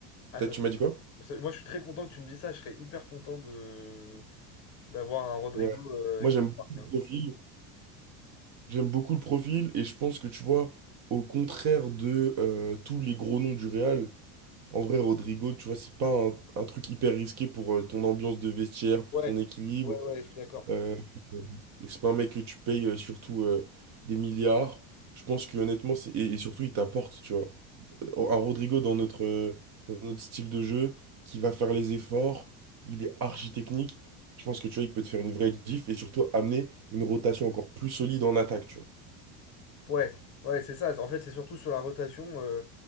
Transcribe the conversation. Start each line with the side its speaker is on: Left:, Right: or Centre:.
Left: Ah,
Right: T'as
Left: ça
Right: tu
Left: serait-
Right: m'as dit quoi?
Left: ça- Moi, je suis très content que tu me dises ça. Je serais hyper content de d'avoir un Rodrigo
Right: Ouais.
Left: euh,
Right: Moi,
Left: qui
Right: j'aime beaucoup
Left: marque, hein.
Right: le profil. J'aime beaucoup le profil et je pense que tu vois, au contraire de euh, tous les gros noms du Real, en vrai, Rodrigo, tu vois, c'est pas un, un truc hyper risqué pour euh, ton ambiance de vestiaire, pour
Left: Ouais,
Right: ton équilibre.
Left: ouais, ouais, je suis d'accord.
Right: Euh, euh, c'est pas un mec que tu payes euh, surtout euh, des milliards. Je pense que honnêtement, c'est- et, et surtout, il t'apporte, tu vois. Euh, Un Rodrigo dans notre, euh, dans notre style de jeu, qui va faire les efforts, il est archi technique. Je pense que tu vois, il peut te faire une vraie diff et surtout amener une rotation encore plus solide en attaque, tu vois.
Left: Ouais, ouais, c'est ça. En fait, c'est surtout sur la rotation. euh,